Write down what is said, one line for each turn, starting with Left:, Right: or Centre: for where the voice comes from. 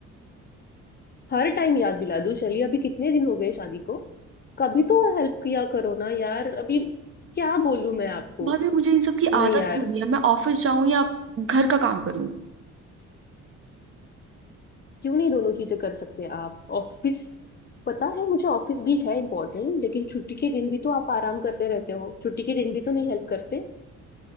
Left: हर टाइम याद दिला दूं शैली अभी कितने दिन हो गए शादी को कभी तो हेल्प किया करो ना यार अभी क्या बोलूं मैं आपको
Right: भाभी मुझे इन सब की
Left: नहीं
Right: आदत
Left: यार
Right: थोड़ी है मैं ऑफिस जाऊं या घर का काम करूं
Left: क्यों नहीं दोनों चीजें कर सकते आप ऑफिस पता है मुझे ऑफिस भी है इम्पोर्टेंट लेकिन छुट्टी के दिन भी तो आप आराम करते रहते हो छुट्टी के दिन भी तो नहीं हेल्प करते